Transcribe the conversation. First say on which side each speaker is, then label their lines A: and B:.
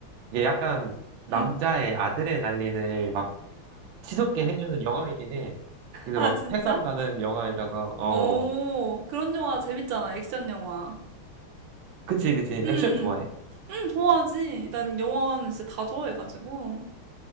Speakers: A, on the right; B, on the right.
A: 이게 약간 남자의
B: 응.
A: 아드레날린을 막 치솟게 해주는 영화이긴 해. 근데
B: 아,
A: 막
B: 진짜?
A: 해싸움 나는 영화이라서 어
B: 오. 그런 영화 재밌잖아. 액션 영화.
A: 그치 그치
B: 응.
A: 액션 좋아해?
B: 응, 좋아하지. 난 영화는 진짜 다 좋아해가지고.